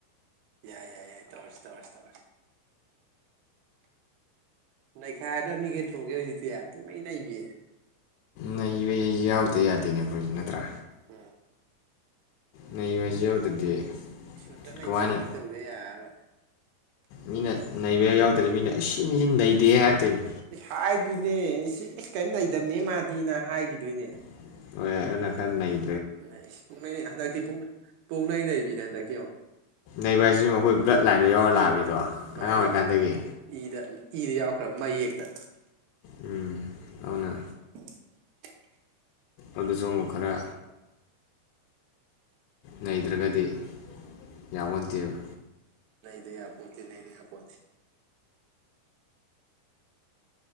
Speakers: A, on the right; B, on the left.
A: ꯌꯥꯏ ꯌꯥꯏ ꯌꯥꯏ ꯇꯧꯔꯁꯤ ꯇꯧꯔꯁꯤ ꯇꯧꯔꯁꯤ ꯅꯩꯈꯥꯏꯔꯗꯝ ꯅꯤ ꯀꯩꯗ꯭ꯔꯣꯒꯦ ꯍꯧꯖꯤꯛꯇꯤ ꯄꯨꯡ ꯅꯩ ꯅꯩꯕꯤ꯫
B: ꯅꯩꯕꯁꯦ ꯑꯩꯁꯨ ꯌꯥꯎꯗ ꯌꯥꯗꯦꯅꯦꯕꯣꯏ ꯅꯠꯇ꯭ꯔꯥ꯫
A: ꯑꯝ꯫
B: ꯅꯩꯕꯁꯦ ꯌꯥꯎꯗ꯭ꯔꯗꯤ
A: ꯁꯨꯇ ꯅꯩꯊ‌ꯦꯛꯄꯤ
B: ꯀꯃꯥꯏꯅ
A: ꯇꯧꯗ ꯌꯥꯔꯔ‌ꯣꯏ
B: ꯃꯤꯅ ꯅꯩꯕ ꯌꯥꯎꯗ꯭ꯔꯥꯗꯤ ꯃꯤꯅ ꯑꯁ ꯑꯁꯤꯃꯤꯁꯤ ꯅꯩꯗꯦ ꯍꯥꯏꯔꯛꯇꯣꯏꯅꯤ
A: ꯑꯁ ꯍꯥꯏꯗꯣꯏꯅꯦ ꯑꯑ ꯀꯔꯤꯝ ꯂꯩꯩꯇꯕꯅꯦ ꯃꯥꯗꯤꯅ ꯍꯥꯏꯈꯤꯗꯣꯏꯅꯦ
B: <unintelligible> ꯈ꯭ꯔꯥ ꯅꯩ
A: <unintelligible> ꯍꯟꯗꯠꯇꯤ ꯄꯣꯡꯅꯩ ꯅꯩ ꯕꯤꯅ‌ꯦ ꯍꯟꯗꯛꯇꯤ ꯌ‌ꯦꯡꯉ‌ꯣ
B: ꯅꯩꯕ ꯍꯥꯏꯁꯤꯁꯨ ꯑꯩꯈꯣꯏ ꯕ꯭ꯂꯠ ꯂꯥꯏꯟꯗ ꯌꯥꯎꯔ ꯂꯥꯛꯑꯃꯤꯗꯣ
A: ꯃꯥ
B: ꯑꯉꯥꯡ ꯑꯣꯏꯔꯤꯀꯥꯟꯗꯒꯤ
A: ꯏ ꯏꯗ ꯏꯗ ꯌꯥꯎꯈ꯭ꯔꯕ ꯃꯌꯦꯛꯇ
B: ꯎꯝ ꯑꯗꯨꯅ
A: <unintelligible>
B: ꯑꯗꯨꯁꯨꯃꯨꯛ ꯈꯔ ꯅꯩꯗ꯭ꯔꯒꯗꯤ ꯌꯥꯕ‌ꯣꯟꯇꯦꯕ
A: ꯌꯥꯄꯣꯟꯇ‌ꯦ ꯅꯩꯗ ꯌꯥꯄ‌ꯣꯟꯇ‌ꯦ